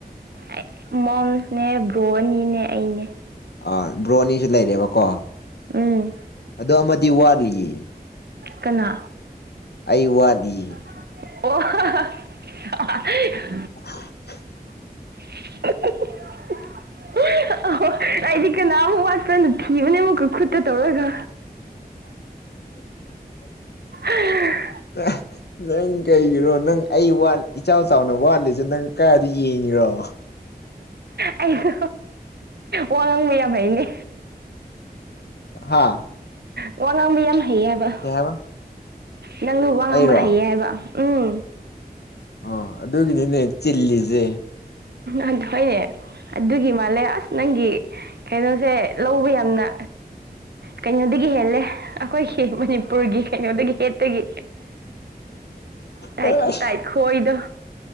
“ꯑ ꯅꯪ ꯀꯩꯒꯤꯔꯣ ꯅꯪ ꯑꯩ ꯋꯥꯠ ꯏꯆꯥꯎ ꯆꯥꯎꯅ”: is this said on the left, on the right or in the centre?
Left